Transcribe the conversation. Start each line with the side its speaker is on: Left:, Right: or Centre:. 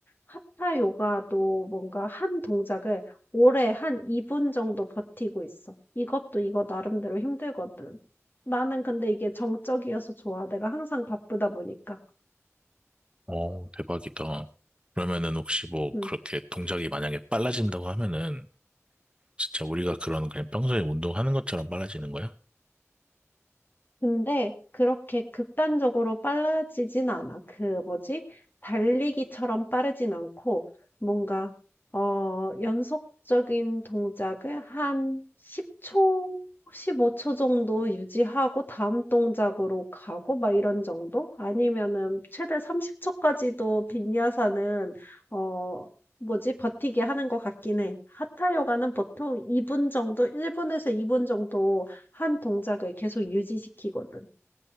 Left: 하타 요가도 뭔가 한 동작을 오래 한 2분 정도 버티고 있어. 이것도 이거 나름대로 힘들거든. 나는 근데 이게 정적이어서 좋아. 내가 항상 바쁘다 보니까.
Right: 어, 대박이다. 그러면은 혹시 뭐
Left: 음.
Right: 그렇게 동작이 만약에 빨라진다고 하면은 진짜 우리가 그런 그냥 평소에 운동하는 것처럼 빨라지는 거야?
Left: 근데 그렇게 극단적으로 빨라지진 않아. 그 뭐지? 달리기처럼 빠르진 않고 뭔가 어 연속적인 동작을 한 10초, 15초 정도 유지하고 다음 동작으로 가고 막 이런 정도? 아니면은 최대 30초까지도 빈야사는 어 뭐지? 버티게 하는 것 같긴 해. 하타 요가는 보통 2분 정도, 1분에서 2분 정도 한 동작을 계속 유지시키거든.